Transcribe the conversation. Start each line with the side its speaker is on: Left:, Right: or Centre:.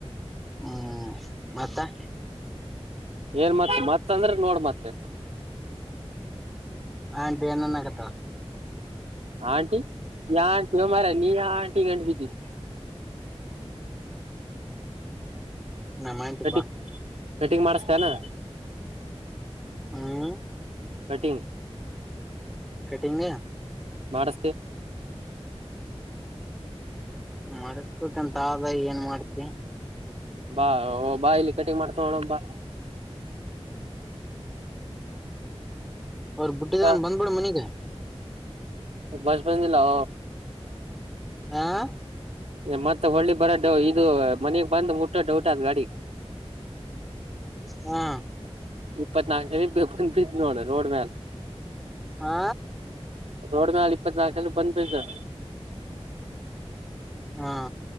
Centre: ಹ್ಮ್, ಮತ್ತಾ-
Right: ಏನ್ ಮತ್ತ ಮತ್ತ ಅಂದ್ರ ನೋಡ್ ಮತ್ತೆ.
Centre: ಆಂಟಿಏನ್ ಅನ್ನಕತಾಳ. -
Right: ಆಂಟಿ ಯಾಆಂಟಿ ಓ, ಮಾರಯನಿನ್ಯಾ ಆಂಟಿಗಿ ಗಂಟ ಬಿದ್ದಿದಿ.
Centre: ನಮ್ ಆಂಟೀ
Right: ಕಟಿಂಗ್
Centre: ಪಾ, -
Right: ಕಟಿಂಗ್ ಮಾಡಿಸತೇನಾ,
Centre: ಹ್ಮ್,,
Right: ಕಟೀನ್
Centre: ಕಟಿೆ
Right: ಮಾಡಸ್ತೇ
Centre: ಮಾಡಸ್ಬೇಕಂತ ಆದ ಏನ್ ಮಾಡ್ತಿ
Right: ಬಾ, ಓ, ಬಾ ಇಲ್ಲಿ ಕಟಿಂಗ್ ಮಾಡ್ಸಕೋ ನೋಡಮ್ ಬಾ,
Centre: ಅವರ ಬುಟ್ಟಿದೇನಬಂದ್ಬೀಡುಮನಿಗಿ.
Right: ಹ
Centre: -
Right: ಬಸ್ ಬಂದಿಲ್ಲೋ,
Centre: ಆಾಹ. <inaudible>
Right: ಮತ್ತೆ ಹೊಳ್ಳಿ ಬರ ಡೌ ಇದು ಮನಗ್ ಬಂದ ಮುಟ್ಟೋ ದಡೌಟ್ ಅದ್ ಗಾಡಿ. <inaudible>
Centre: ಹ್ಮ್,
Right: ಇಪ್ಪತ್ತ್ ನಾಲ್ಕು ಜನ ಬಂದ್ ಬಿಟ್ಟರ ನೋಡ ರೋಡ್ ಮೇಲ್.,
Centre: ಹಾ,
Right: ರೋಡ್ ಮೇಲ್ ಇಪ್ಪತ್ ನಾಲ್ಕು ಜನ ಬಂದ್ ಬಿತ್ತಿದ.
Centre: ಹಾ